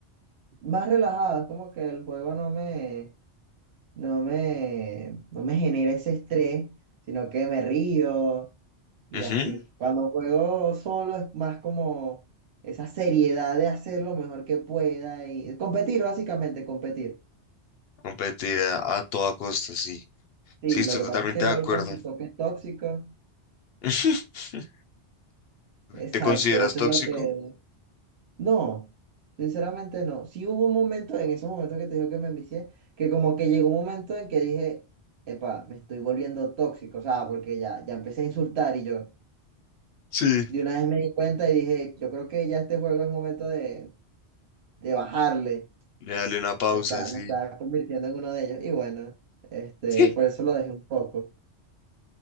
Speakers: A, on the right; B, on the left.
A: Más relajado, es como que el juego no me no me, no me genera ese estrés, sino que me río y
B: Ujú,
A: así. Cuando juego solo es más como esa seriedad de hacer lo mejor que pueda y competir, básicamente, competir.
B: Competir a, a toda costa, sí.
A: Sí,
B: Sí, estoy
A: lo que
B: totalmente
A: pasa es que el
B: de
A: LOL
B: acuerdo.
A: con su toque tóxico,
B: <laughs>
A: exacto,
B: ¿Te consideras
A: eso
B: tóxico?
A: es lo que... No, sinceramente no. Sí hubo un momento, en esos momentos que te digo que me envicié, que como que llegó un momento en que dije, epa, me estoy volviendo tóxico, o sea, porque ya, ya empecé a insultar y yo...
B: Sí.
A: De una vez me di cuenta y dije, yo creo que ya este juego es momento de, de bajarle.
B: Le dale una pausa,
A: Me está,
B: sí.
A: me está convirtiendo en uno de ellos. Y bueno, este,
B: <laughs>
A: por eso lo dejé un poco.